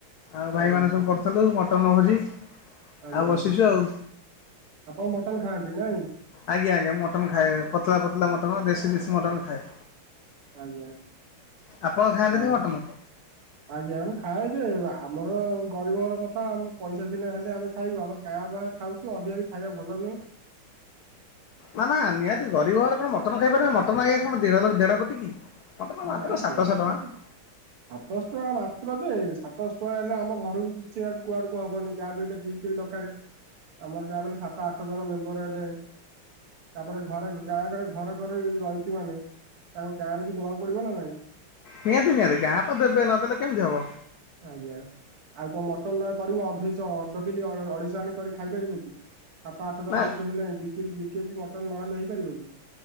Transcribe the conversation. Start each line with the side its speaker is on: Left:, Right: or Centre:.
Left: ଆଉ ଭାଇମାନେ
Right: ଆଜ୍ଞା
Left: ସବୁ କରିଥିଲୁ ମଟନ୍ ଭୋଜି।
Right: ଆଜ୍ଞା,
Left: ଆଉ ବସିଛୁ ଆଉ
Right: ଆପଣ ମଟନ୍ ଖାଆନ୍ତି ନାଇଁ?
Left: ଆଜ୍ଞା, ଆଜ୍ଞା ମଟନ୍ ଖାଏ, ପତଳା ପତଲା ମଟନ୍ ଦେଶୀ ମିଶି ମଟନ୍ ଖାଏ।
Right: ଆଜ୍ଞା,
Left: ଆପଣ ଖାଆନ୍ତିନି
Right: ଆଉ
Left: ମଟନ?
Right: ଆଜ୍ଞା ଆମେ ଖାଏ ଯେ, ଏ ଆମର ଗରିବ ଘର କଥା ଆମ ପଇସା ସିନା ହେଲେ ଆମେ ଖାଇବୁ। ଆମେ କାଁ ଭାଁ ଖାଉଚୁ, ଅଧିକା ବି ଖାଇବା ଭଲ ନୁହେଁ।
Left: ନା ନା ନିହାତି ଗରିବ ଘରେ କଣ ମଟନ୍ ଖାଇପାରିବ, ମଟନ୍ ଏ କଣ ଦେର ଦେଢ଼ କୋଟି କି। ମଟନ୍ ମାତ୍ର
Right: ନା
Left: ସାତଶହ
Right: ଦେଢ
Left: ଟଙ୍କା।
Right: <inaudible> ସାତଶହ ଟଙ୍କା ମାତ୍ର ଯେ, ସାତଶହ ଟଙ୍କା ହେଲେ ଆମ ଘରକୁ କିଛି ଆଡୁ କୁଆଡ଼କୁ ହବନି। ଯାହା ବି ହେଲେ ଦି କିଲ୍ ଦ କାରେ ଆମର ଯାହା ବି ହେଲେ ସାତ ଆଠ ଜଣ ମେମ୍ବର୍ ହେଲେଣି। ତାପରେ ଘରେ ଗାଁ କରେ ଘର କରି ରହିଛୁ ମାନେ ଆମ ଗାଁରେ ବି ଦବାକୁ ପଡ଼ିବ ନା ନାଇଁ।
Left: ନିହାତି ନିହାତି ଗାଁ ତ ଦେବେ ନଦେଲେ କେମିତି ହବ।
Right: ଆଜ୍ଞା। ଆଉ କଣ ମଟନ୍ ଟା କରିବୁ ଅଧେଇଶ ଅଧ କିଲି ଅ, ଅଢ଼େଇ ଶହ ଆଣି କରି ଖାଇ ପାରିବୁ କି। ସାତ ଆଠ ଜଣ
Left: ନା
Right: ଯେହେତୁ ହେଲେଣି ଦି କିଲ୍ ଦି କେଜି ମଟନ୍ ନହେଲେ ହେଇପାରିବ କି?